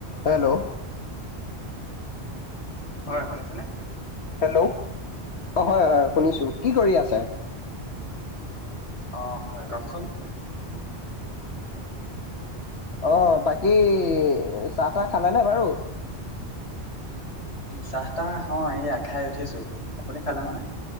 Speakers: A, on the left; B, on the left.
A: Hello
B: হয় শুনিছনেে
A: hello অ হয় হয় শুনিছো কি কৰি আছে
B: অ হয় কওকচোন
A: আহ বাকী চাহ তাহ খালেনেে বাৰু
B: চাহ তাহ অ এইয়া খাই উঠিছো আপুনি খালে নহয়